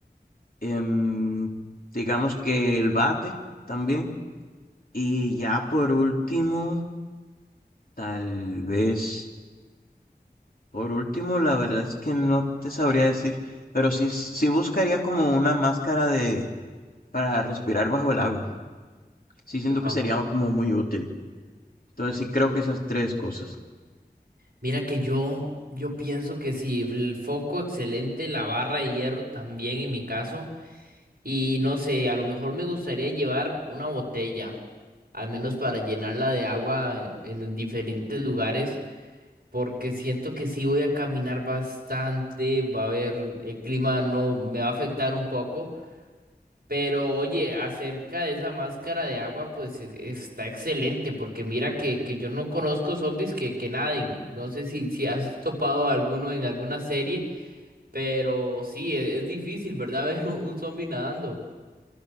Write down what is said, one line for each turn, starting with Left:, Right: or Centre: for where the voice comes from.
Left: em, digamos que el bate también. Y ya por último, tal vez, por último, la verdad es que no te sabría decir, pero sí, sí buscaría como una máscara de para respirar bajo el agua. Sí
Right: Wow.
Left: siento que sería como muy útil. Entonces sí creo que esas tres cosas.
Right: Mira que yo, yo pienso que si el foco excelente, la barra de hierro también en mi caso, y no sé, a lo mejor me gustaría llevar una botella, al menos para llenarla de agua en, en los diferentes lugares, porque siento que sí voy a caminar bastante, va a haber, el clima no me va a afectar un poco, pero oye, acerca de esa máscara de agua, pues e- está excelente, porque mira que, que yo no conozco zombies que, que naden. No sé si, si has topado a alguno en alguna serie, pero sí, e- es, difícil, ¿verdad? <laughs> Ver un, un zombie nadando.